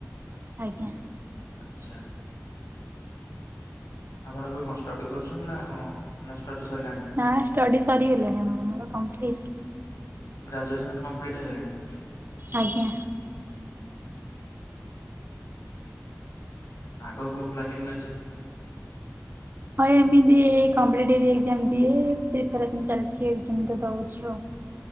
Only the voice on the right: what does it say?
ଆଜ୍ଞା।
ନା ଷ୍ଟଡି ସରିଗଲାଣି ଆମର ମୋର କମ୍ପ୍ଲିଟ।
ଆଜ୍ଞା।
ହଁ ଏମିତି କପିଟିଭ ଏକ୍ଜାମ ଦିଏ ପ୍ରିପାରେସନ ଚାଲିଛି ଏମୀତ ତ ଦଉଛି ଆଉ।